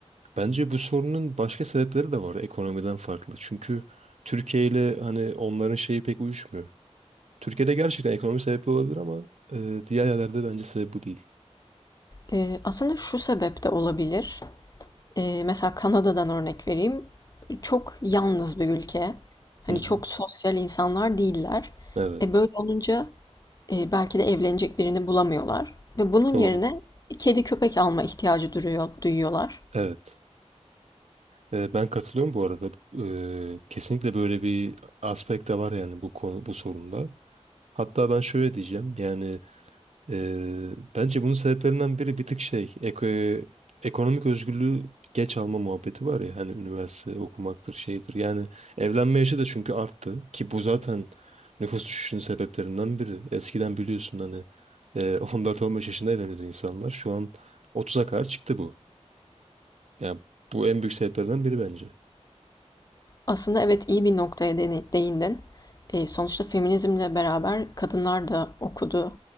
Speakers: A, on the right; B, on the left.
A: Bence bu sorunun başka sebepleri de var ekonomiden farklı. Çünkü Türkiye ile hani onların şeyi pek uyuşmuyor. Türkiye'de gerçekten ekonomi sebepli olabilir ama e, diğer yerlerde bence sebep bu değil.
B: Ee, aslında şu sebep de olabilir. Ee, mesela Kanada'dan örnek vereyim. Çok yalnız bir ülke. Hani
A: Hı hı.
B: çok sosyal insanlar değiller.
A: Evet.
B: E böyle olunca e, belki de evlenecek birini bulamıyorlar ve bunun
A: Doğru.
B: yerine kedi köpek alma ihtiyacı duruyor, duyuyorlar.
A: Evet. Ee, Ben katılıyorum bu arada. Bu, eee, kesinlikle böyle bir aspekt de var yani bu konu, bu sorunda. Hatta ben şöyle diyeceğim yani eee, bence bunun sebeplerinden biri bir tık şey eko- ekonomik özgürlüğü geç alma muhabbeti var ya hani üniversite okumaktır şeydir. Yani evlenme yaşı da çünkü arttı ki bu zaten nüfus düşüşünün sebeplerinden biri. Eskiden biliyorsun hani eee <laughs> 14-15 yaşında evleniyordu insanlar. Şu an 30'a kadar çıktı bu. Yani bu en büyük sebeplerden biri bence.
B: Aslında evet iyi bir noktaya deni- değindin. E, sonuçta feminizmle beraber kadınlar da okudu,